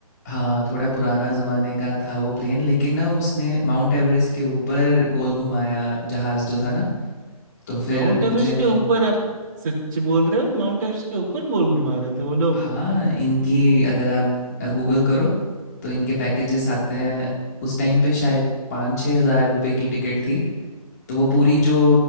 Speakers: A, on the left (about 25°); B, on the right (about 30°).
A: हाँ थोड़ा पुराना ज़माने का था वो प्लेन लेकिन ना उसने माउंट एवरेस्ट के ऊपर गोल घुमाया जहाज़ जो था ना तो फिर
B: माउंट
A: मुझे
B: एवरेस्ट के ऊपर आप सच बोल रहे हो माउंट एवरेस्ट के ऊपर गोल घुमा रहे थे वो लोग
A: हाँ इनकी अगर आप गूगल करो तो इनके पैकेजेस आते हैं उस टाइम पे शायद पाँच छः हज़ार रुपए की टिकट थी तो वो पूरी जो